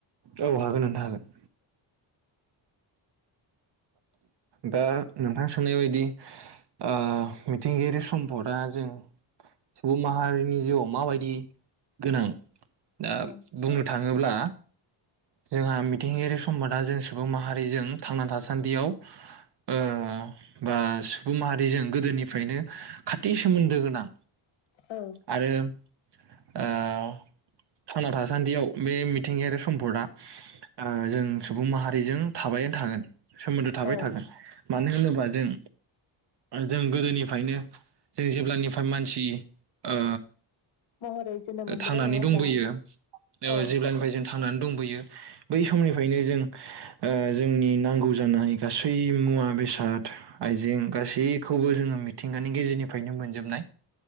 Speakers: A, on the right (about 55°); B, on the left (about 75°).
A: औ हागोन नोंथां हागोन। दा नोंथां सोंनाय बायदि ओ मिथिंगायारि सम्पदआ जों सुबुं माहारिनि जिउआव माबायदि गोनां। दा
B: औ
A: बुंनो थाङोब्ला जोंहा मि थिंगायारि सम्फदा जों सुबुं माहारिजों थांना था सान्दियाव ओ बा सुबुं माहारिजों गोदोनिफ्रायनो खाथि सोमोन्दो गोनां।
B: औ
A: आरो ओ थांना थासान्दियाव बे मिथिंगायारि सम्पदा ओ जों सुबुं माहारिजों थाबायानो थागोन। सोमोन्दो थाबाय
B: औ
A: थागोन मानो होनोबा जों। जों गोदोनिफ्रायनो जों जेब्लानिफ्राय मानसि ओ
B: महरै जोनोम मोनबोदों
A: थांनानै
B: नङा होमबा
A: दंबोयो ओ
B: औ
A: जेब्लानिफ्राय जों थांनानै दंबोयो बै समनिफ्रायनो जों ओ जोंनि नांगौ जानाय गासै मुवा बेसाद आइजें गासैखौबो जोङो मिथिंगानि गेजेरनिफ्रायनो मोनजोबनाय।